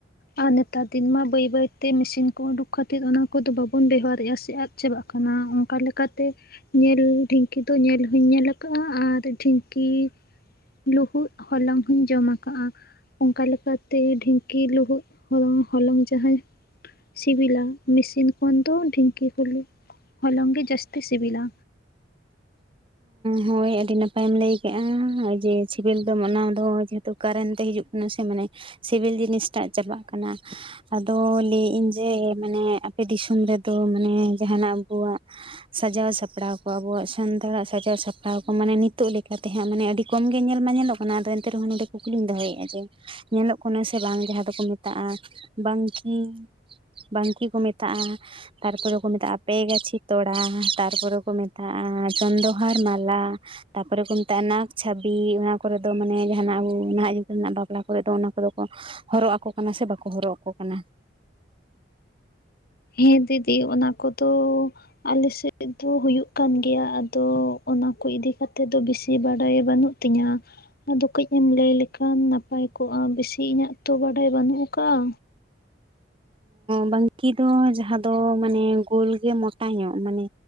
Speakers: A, on the left (about 55°); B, on the right (about 30°).
A: ᱟᱨ ᱱᱮᱛᱟᱨ ᱫᱤᱱ ᱢᱟ ᱵᱟᱹᱭ ᱵᱟᱹᱭᱛᱮ ᱢᱮᱥᱤᱱ ᱠᱚ ᱩᱰᱩᱠ ᱠᱷᱟᱛᱤᱨ ᱚᱱᱟ ᱠᱚᱫᱚ ᱵᱟᱵᱚᱱ ᱵᱮᱣᱦᱟᱨᱮᱫᱼᱟ ᱥᱮ ᱟᱫ ᱪᱟᱵᱟᱜ ᱠᱟᱱᱟ ᱚᱱᱠᱟ ᱞᱮᱠᱟᱛᱮ ᱧᱮᱞ ᱰᱷᱤᱝᱠᱤ ᱫᱚ ᱧᱮᱞ ᱦᱚᱧ ᱧᱮᱞ ᱟᱠᱟᱫᱼᱟ ᱟᱨ ᱰᱷᱤᱝᱠᱤ ᱞᱟ. ᱦᱩᱫ ᱦᱚᱞᱚᱝ ᱦᱚᱧ ᱡᱚᱢ ᱠᱟᱜᱼᱟ ᱚᱱᱠᱟ ᱞᱮᱠᱟᱛᱮ ᱰᱷᱤᱝᱠᱤ ᱞᱟ. ᱦᱩᱫ ᱦᱚᱞᱚᱝ ᱦᱚᱞᱚᱝ ᱡᱟᱦᱟᱸ ᱥᱤᱵᱤᱞᱟ ᱢᱮᱥᱤᱱ ᱠᱷᱚᱱ ᱫᱚ ᱰᱷᱤᱝᱠᱤ ᱦᱩᱞᱩᱜ ᱦᱚᱞᱚᱝ ᱜᱮ ᱡᱟᱹᱥᱛᱤ ᱥᱤᱵᱤᱞᱟ
B: ᱦᱳᱭ ᱟᱹᱰᱤ ᱱᱟᱯᱟᱭᱮᱢ ᱞᱟᱹᱭ ᱠᱮᱜᱼᱟ ᱡᱮ ᱪᱷᱮᱵᱮᱞ ᱫᱚ ᱢᱟᱱᱟᱣ ᱫᱚ ᱛᱚ ᱠᱟᱨᱮᱱ ᱛᱮ ᱦᱤᱡᱩᱜ ᱠᱟᱱᱟ ᱥᱮ ᱢᱟᱱᱮ ᱥᱤᱵᱤᱞ ᱡᱤᱱᱤᱥᱴᱟᱜ ᱪᱟᱵᱟᱜ ᱠᱟᱱᱟ ᱟᱫᱚ ᱞᱟᱹᱭᱮᱫ ᱟᱹᱧ ᱡᱮ ᱢᱟᱱᱮ ᱟᱯᱮ ᱫᱤᱥᱚᱢ ᱨᱮᱫᱚ ᱢᱟᱱᱮ ᱡᱟᱦᱟᱱᱟᱜ ᱟᱵᱚᱣᱟᱜ ᱥᱟᱡᱟᱣ ᱥᱟᱯᱲᱟᱣ ᱠᱚ ᱟᱵᱚᱣᱟᱜ ᱥᱟᱱᱛᱟᱲᱟᱜ ᱥᱟᱡᱟᱣ ᱥᱟᱯᱲᱟᱣ ᱠᱚ ᱢᱟᱱᱮ ᱱᱤᱛᱚᱜ ᱞᱮᱠᱟᱛᱮ ᱦᱟᱸᱜ ᱢᱟᱱᱮ ᱟᱹᱰᱤ ᱠᱚᱢ ᱜᱮ ᱧᱮᱞ ᱢᱟ ᱧᱮᱞᱚᱜ ᱠᱟᱱᱟ ᱟᱫᱚ ᱮᱱᱛᱮ ᱨᱮᱦᱚᱸ ᱱᱚᱸᱰᱮ ᱠᱩᱠᱞᱤᱧ ᱫᱚᱦᱚᱭᱮᱫᱼᱟ ᱡᱮ ᱧᱮᱞᱚᱜ ᱠᱟᱱᱟ ᱥᱮ ᱵᱟᱝ ᱡᱟᱦᱟᱸ ᱫᱚᱠᱚ ᱢᱮᱛᱟᱜᱼᱟ ᱵᱟᱝᱠᱤ ᱵᱟᱝᱠᱤ ᱠᱚ ᱢᱮᱛᱟᱜᱼᱟ ᱛᱟᱨ ᱯᱚᱨᱮ ᱠᱚ ᱢᱮᱛᱟᱜᱼᱟ ᱯᱮ ᱜᱟᱪᱷᱤ ᱛᱚᱲᱟ ᱛᱟᱨᱯᱚᱨᱮ ᱠᱚ ᱢᱮᱛᱟᱜᱼᱟ ᱪᱚᱱᱫᱚ ᱦᱚᱨᱱᱟᱞᱟ ᱛᱟᱨᱯᱚᱨᱮ ᱠᱚ ᱢᱮᱛᱟᱜᱼᱟ ᱱᱟᱜ ᱪᱷᱟᱵᱤ ᱚᱱᱟ ᱠᱚᱨᱮ ᱫᱚ ᱢᱟᱱᱮ ᱡᱟᱦᱟᱱᱟᱜ ᱱᱟᱦᱟᱜ ᱡᱩᱜᱽᱨᱮᱱᱟᱜ ᱵᱟᱯᱞᱟ ᱠᱚᱨᱮ ᱫᱚ ᱚᱱᱟ ᱠᱚᱫᱚ ᱠᱚ ᱦᱚᱨᱚᱜ ᱟᱠᱚ ᱠᱟᱱᱟ ᱥᱮ ᱵᱟᱠᱚ ᱦᱚᱨᱚᱜ ᱟᱠᱚ ᱠᱟᱱᱟ
A: ᱦᱮᱸ ᱫᱤᱫᱤ ᱚᱱᱟ ᱠᱚᱫᱚ ᱟᱞᱮ ᱥᱮᱫ ᱫᱚ ᱦᱩᱭᱩᱜ ᱠᱟᱱ ᱜᱮᱭᱟ ᱟᱫᱚ ᱚᱱᱟ ᱠᱚ ᱤᱫᱤ ᱠᱛᱮᱫ ᱫᱚ ᱵᱤᱥᱤ ᱵᱟᱰᱟᱭ ᱵᱟᱹᱱᱩᱜ ᱛᱤᱧᱟ ᱟᱫᱚ ᱠᱟᱹᱡ ᱮᱢ ᱞᱟᱹᱭ ᱞᱮᱠᱷᱟᱱ ᱱᱟᱯᱟᱭ ᱠᱚᱜᱼᱟ ᱵᱤᱥᱤ ᱤᱧᱟᱹᱜ ᱛᱚ ᱵᱟᱰᱟᱭ ᱵᱟᱹᱱᱩᱜ ᱟᱠᱟᱜᱼᱟ
B: ᱵᱟᱝᱠᱤ ᱫᱚ ᱡᱟᱸᱦᱟ ᱫᱚ ᱢᱟᱱᱮ ᱜᱳᱞ ᱜᱮ ᱢᱚᱴᱟ ᱧᱚᱜ ᱢᱟᱱᱮ